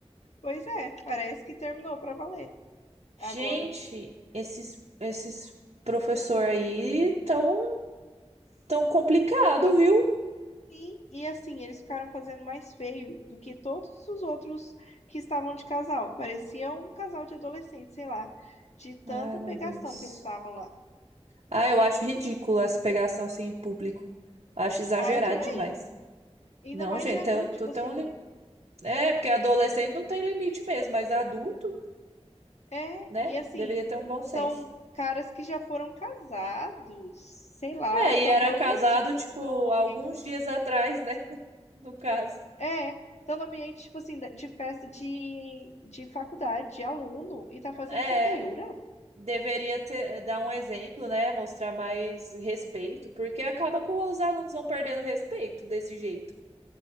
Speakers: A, on the left; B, on the right.
A: Pois é, parece que terminou pra valer
B: Gente,
A: agora.
B: esses, esses professor aí tão, tão complicado,
A: Po-
B: viu?
A: Sim, e assim, eles ficaram fazendo mais feio do que todos os outros que estavam de casal. Parecia um casal de adolescentes, sei lá, de tanta
B: Ai,
A: pegação
B: meu Deus.
A: que eles estavam lá.
B: Ah, eu acho ridículo essa pegação assim em público. Acho exagerado
A: Ah, eu também,
B: demais.
A: ainda
B: Não,
A: mais
B: gente,
A: de adulto,
B: tu,
A: tipo
B: tu tem
A: assim,
B: um limite. É, porque adolescente não tem limite mesmo, mas adulto
A: É,
B: né?
A: e assim,
B: Deveria ter um bom
A: são
B: senso.
A: caras que já foram casados, sei lá,
B: É,
A: são
B: e era
A: professores,
B: casado, tipo,
A: estão no ambiente.
B: alguns dias atrás, né? <laughs> No caso.
A: É, estão no ambiente, tipo assim, da- de festa de, de faculdade, de aluno, e tá fazendo
B: É,
A: essa feiura.
B: deveria ter, dar um exemplo, né? Mostrar mais respeito, porque acaba que os alunos vão perdendo respeito desse jeito.